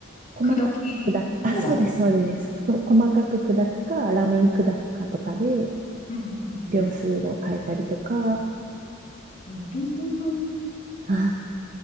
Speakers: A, on the right (about 40°); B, on the left (about 35°).
A: 細かく砕く、
B: 砕き具合。
A: あ、そうです、そうです。こ細かく砕くか、ラメに砕くかとかで、
B: うんうんうん。
A: 秒数を変えたりとか、
B: なるほど。
A: あー、